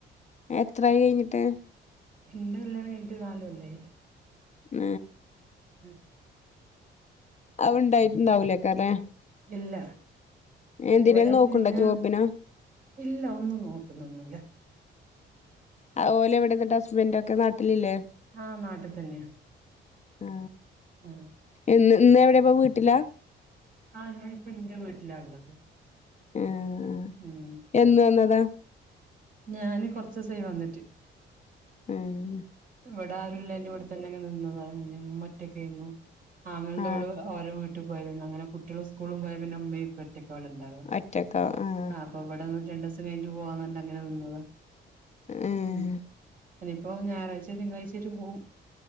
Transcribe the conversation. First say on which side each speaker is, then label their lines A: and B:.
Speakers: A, on the left (about 35°); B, on the right (about 45°).
A: എത്രായി കഴിഞ്ഞിട്ട്.
B: ഇന്റെ കല്യാണം കഴിഞ്ഞിട്ട് നാല് കൊല്ലായി.
A: ഏ
B: എ
A: അവുണ്ടായിട്ടുണ്ടാവൂലേക്കാരല്ലേ.
B: ഇല്ല
A: എന്തിനേലും
B: ഇവിട
A: നോക്കണ്ടോ
B: പ്പിന്നെ.
A: ജോബിനോ
B: ഇല്ല ഒന്നുനോക്കുന്നൊന്നുല്ല.
A: ആഹ്‌ ഓലെവിടെ എന്നിട്ട് ഹസ്ബൻറ് ഒക്കെ നാട്ടിലില്ലേ.
B: ആഹ് നാട്ടിൽ തന്നെയാ
A: ആ
B: ആ
A: ഇന്ന് വിടെപ്പ വീട്ടിലാ.
B: ആ ഞാനിപ്പോ ഇന്റെ വീട്ടിലാള്ളത്
A: ആഹ്
B: ഉം
A: എന്ന് വന്നതാ,
B: ഞാന് കൊറചീസായി വന്നിട്ട്.
A: ഉം
B: ഇവിടെ ആരുല്ലല്ലോവിടെത്തന്നെ അങ് നിന്നതാണ്. ഇമ്മറ്റൊക്കായിരുന്നു ആങ്ങുടെഓള്.
A: ആഹ്
B: ഓരോ വീട്ടിൽ പോയതി അങ്ങനെ കുട്ടികളും, സ്കൂളും പോയ പിന്നെ ഉമ്മയും ഉപ്പറ്റക്കാണ്ടാവും
A: ഒറ്റക്കാ ആഹ്
B: ഹാ. അപ്പോ ഇവിടെന്ന് രണ്ടീസം കഴിഞ്ഞു പോവാന്നട്ട അങ്ങനെ നിന്നത
A: ഏഹ്
B: ഉം. അനിയിപ്പോ ഞായറാഴ്ചെ തിങ്കളാഴ്ചറ്റെ പോവും.